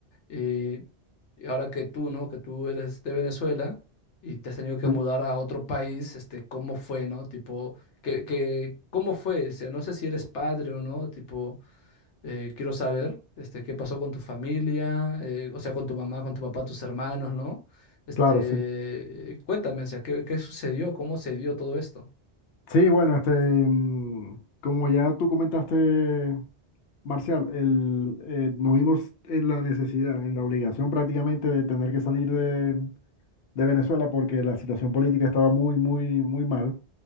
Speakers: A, on the left (about 85°); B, on the left (about 65°).
A: Y, y ahora que tú, ¿no? Que tú eres de Venezuela y te has tenido que
B: Sí,
A: mudar a otro país, este, ¿cómo fue, ¿no? Tipo, que, que, ¿cómo fue? O sea, no sé si eres padre o no, tipo, eh, quiero saber, este, qué pasó con tu familia, eh, o sea, con tu mamá, con tu papá, tus hermanos, ¿no? Este,
B: claro, sí.
A: cuéntame, o sea, ¿qué, qué sucedió? ¿Cómo se dio todo esto?
B: Sí, bueno, este, mm, como ya tú comentaste, Marcial, el, eh, nos vimos en la necesidad, en la obligación prácticamente de tener que salir de, de Venezuela porque la situación política estaba muy, muy, muy mal.